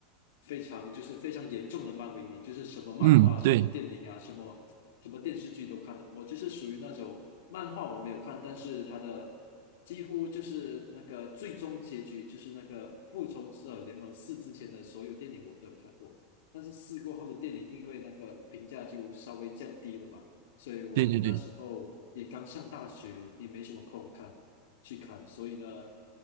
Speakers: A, on the left (about 80°); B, on the right (about 70°).
A: 非常就是非常严重的漫威迷，就是什么漫画、
B: 嗯，
A: 什么电影啊、
B: 对，
A: 什么什么电视剧都看的。我就是属于那种漫画我没有看，但是他的几乎就是那个最终结局，就是那个《复仇者联盟四》之前的所有电影我都有看过。但是试过后的电影，因为那个评价就稍微降低了嘛，所以我那时候也刚上大学，
B: 对对对，
A: 也没什么空看去看，所以呢